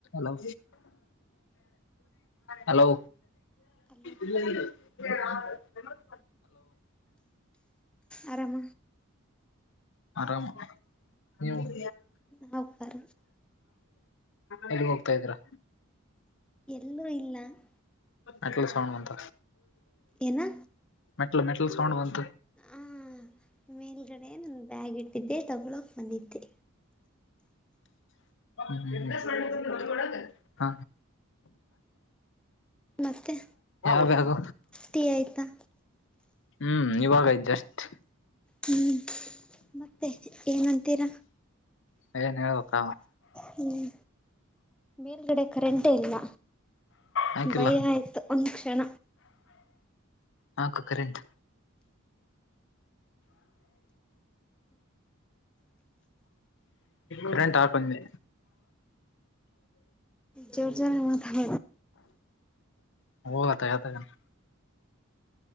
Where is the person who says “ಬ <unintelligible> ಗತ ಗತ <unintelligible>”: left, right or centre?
Left